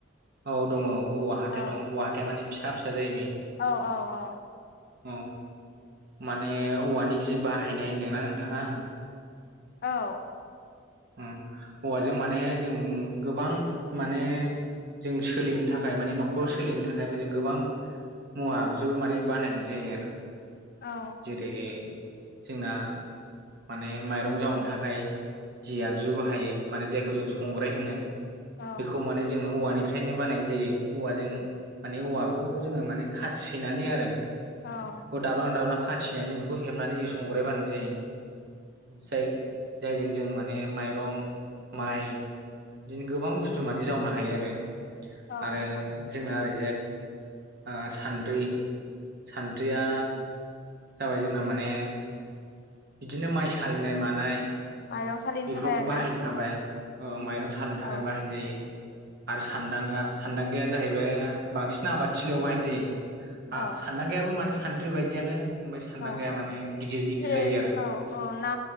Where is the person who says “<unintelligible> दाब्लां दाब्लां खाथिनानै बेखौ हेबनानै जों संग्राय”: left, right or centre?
Right